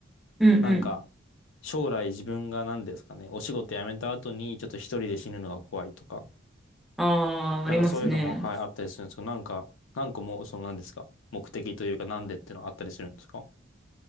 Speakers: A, in the centre; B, on the left.
A: うんうん。
B: なんか将来自分が何ですかね、お仕事辞めた後にちょっと一人で死ぬのが怖いとか、
A: ああ、
B: なんかそういうのも、
A: ありますね。
B: はい、あったりするんですけど、なんか、なんかもうその何ですか目的というかなんでっていうのはあったりするんですか